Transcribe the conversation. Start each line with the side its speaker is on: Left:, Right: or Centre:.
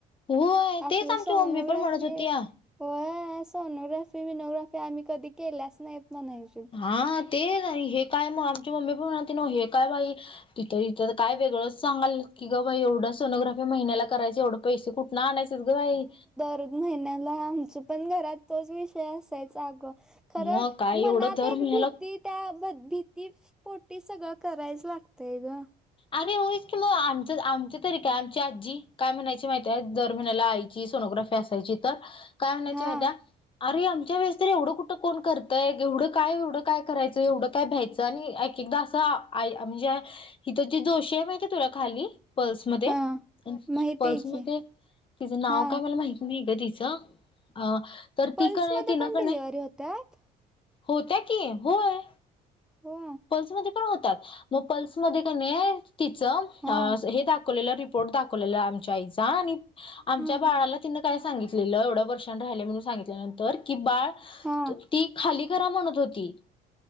Left: होय
Centre: असलं
Left: तेच आमची
Centre: सोनोग्राफी...
Left: मम्मी पण म्हणत होती या.
Centre: होय सोनोग्राफी मनोग्राफी आम्ही कधी केल्यास नाहीत म्हणायचीत
Left: हा तेच आणि हे काय मग आमची मम्मी पण म्हणाली हे काय बाई तिथं इथं काय वेगळं सांगाल्यात की गं बाई एवढं सोनोग्राफी महिनला करायचं एवढं पैसे कुठून आणायचेच ग बाई,
Centre: कधी महिन्याला आमच पण घरात तोच विषय असायचा अगं खरं
Left: मग काय
Centre: मनात
Left: एवढं दर
Centre: एक
Left: महिन्याला
Centre: भीती त्या भीती पोटी सगळं करायच लागतय ग
Left: आणि होयच की मग आमचं आमच्या तरी काय आमची आजी काय म्हणायची माहिती आहे दर महिन्याला आई जी सोनोग्राफी असायची तर काय म्हणायची
Centre: हा
Left: माहितीये आमच्या वळेस एव्हढं कोण कुठं करतंय तर एवढं काय एवढं काय करायचं एवढं काय भ्यायचं आणि एक एकदा असं म्हणजे हिथ ती जोशी आहे माहिती आहे तुला खाली पल्समध्ये
Centre: हा माहित
Left: पल्समध्ये
Centre: आहे की
Left: तिचं नाव
Centre: हा
Left: काय मला माहिती नाही ग तिचं अ तर
Centre: पल्स
Left: ती काण आहे
Centre: मध्ये
Left: ति ना
Centre: पण
Left: कण
Centre: डिलिव्हरी
Left: आहे
Centre: होतात
Left: होत्या की, होय!
Centre: हो
Left: पल्समध्ये पण होतात मग पल्समध्ये तिच
Centre: हा
Left: दा केलेला रिपोर्ट दाखवलेला आमच्या आईचा आणि आमच्या
Centre: हा
Left: बाळाला
Centre: हा
Left: तीन काय सांगितलेलं एवढ्या वर्षां राहिलंय म्हणून सांगितल्यानंतर की बाळ
Centre: हा
Left: ती खाली करा म्हणत होती